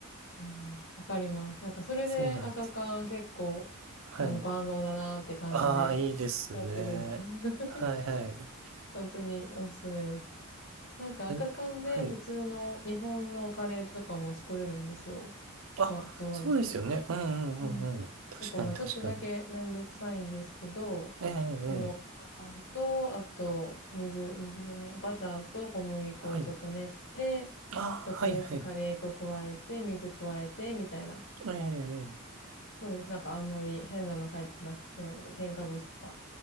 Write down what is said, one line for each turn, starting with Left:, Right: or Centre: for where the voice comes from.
Left: ああ、わかります。なんかそれで赤缶結構、
Right: そうなんです。はい。
Left: あの、万能だなって感じで使ってるんですよ。
Right: ああ、いいですね。
Left: <laughs>
Right: はいはい。
Left: 本当におすすめです。なんか赤缶で普通の日本のカレーとかも作れるんですよ。
Right: え、はい。あ、
Left: まあ、そうなんですけど。
Right: そうですよね。うんうんうんうん。
Left: うん。
Right: 確かに確かに。
Left: 結構、まあちょっとだけめんどくさいんですけど、
Right: ええええ。
Left: その、アカンと、あと、水、水じゃない、バターと小麦粉をちょっと練って、
Right: はい。ああ、
Left: ちょっとずつカレー粉加えて、
Right: はいはい。
Left: 水加えて、みたいな。
Right: ええええ。
Left: そうです。なんかあんまり変なの入ってなくて、変なので、添加物とか